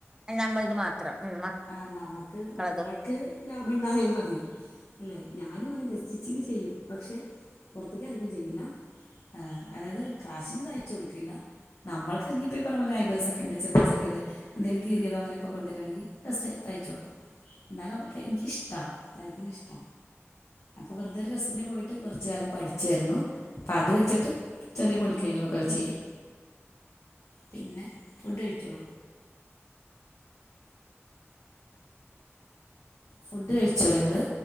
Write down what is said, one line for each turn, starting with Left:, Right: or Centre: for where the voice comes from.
Right: നമ്മളത് മാത്രം
Left: ആഹ് നമ്മക്ക്
Right: മക്കളതും
Left: നമ്മൾക്ക് ലാഭം ഉണ്ടായ മതി അല്ലേ ഞാനും അങ്ങനെ സ്റ്റിച്ചിങ് ചെയ്യും പക്ഷെ പുറത്തേക്ക ആയിരിക്കും ചെയ്യില്ല ആ അതായത് കാശിന് തയ്ച്ച കൊടുക്കില്ല നമ്മൾക്ക് ഇപ്പോ അതുപോലെ നൈബ്സൊക്ക ഉണ്ട് ചിലപ്പോ ചെറിയത് എന്തെങ്കിലും കീറിതോ അങ്ങനൊക്കെ കൊണ്ടുവരിവാണെങ്കിൽസ്റ്റ് തയ്ച്ച കൊടുക്കും എന്നന്തായാലുംക്ക് എനിക്ക് ഇഷ്ട തയ്ക്കണ ഇഷ്ട അപ്പൊ വെറുതെരു രസത്തിന് പോയിട്ട് കുറച്ച കാലം പഠിച്ചായിരുന്നു അപ്പൊ അത് വെച്ചിട്ട് ചെറിയ പൊടിക്കൈകളൊക്കെെ ചെയ്യും പിന്നെ ഫുഡ് കഴിച്ചോ ഫുഡ് കഴിച്ചോ ഇയാള്